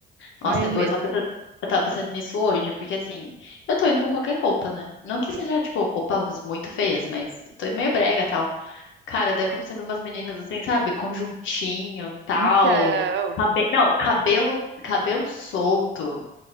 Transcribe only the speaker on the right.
Só eu mesma.
Hum.
Então.